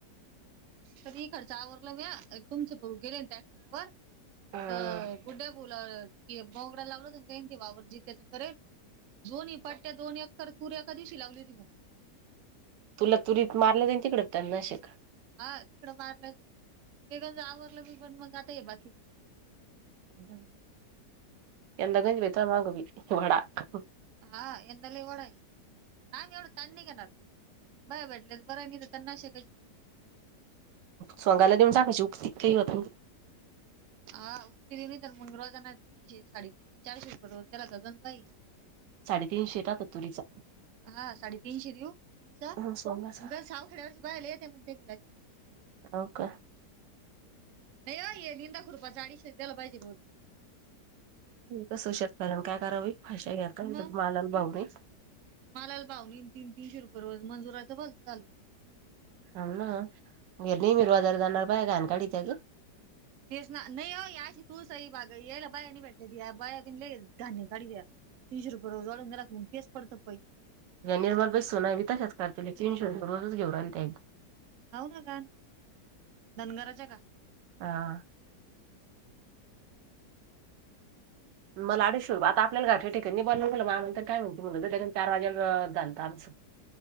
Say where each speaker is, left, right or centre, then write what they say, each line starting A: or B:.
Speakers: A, on the right; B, on the right.
A: तरी इकडच आवरल म्या तुमचे भाऊ गेले न ट्रॅक्टर वर
B: हा
A: त गुड्ड्या बोला <unintelligible> त्यांनी ते वावर जात्याच करेल. दोनही पट्ट्या दोन एक कर तोऱ्या एका दिवशी लावली होती म्या.
B: तुला तुरीत मारलं जाईल तिकड <unintelligible>
A: हा तिकडं मारलं जाईल ते गज आवरलं मी पण मग आता हे बाकीचं.
B: <unintelligible>
A: हा यंदा लय वडा आहे आम्ही एवढा ताण नाही घेणार बाया भेटला तर बर आहे नाहीतर
B: सोगायला देऊन टाकायची उक्ती काही होत नाही.
A: हा उगती दि नाही तर मग रोजांना तीनशे साडेतीीनशे चारशे रुपये दिला तर गण बाई
B: साडेतीनशे राहतात तत्तुरीचा.
A: हा साडेतीनशे देव पुरीचा
B: सोंगाचा
A: गल सावखेड्यावरची बाहिला येत्या मु त्या्या विलाच्या
B: हाव का?
A: नाही हो हे निंदा खुरपाचा अदिशशेच दिला पाहिजे रोज.
B: कस शेतकऱ्यांना कस कराव बाई पाशा घेऊ का बाई
A: मग
B: मालाला भाव नाही.
A: मालाला भाव नाही आणि तीन तीनशे रुपये रोज मजुराचं घर झालं
B: हाव ना या नेहमी रोजानं जाणाऱ्या बाया घाण काढतात ग
A: <inaudible> नाही हो या अशी तुळसाई त्याला बाया नाही भेटले की या बाया दिल्याचे घाण काढतात. तीनशे रुपये रोज वाढून गेला की तेच करतं पडी.
B: या निर्मला बाईच्या सुना ती तशाच करतात तीनशे रुपये घेऊन राहिल्या त्या.
A: हाव ना का धनगराच्या का
B: हां मला अडीशे आता आपल्याला घर ठ ठिक आहे बनवून गलं मग तर काय म्हणती मुलं ज लगन चार वाजेला जाणतं आचं.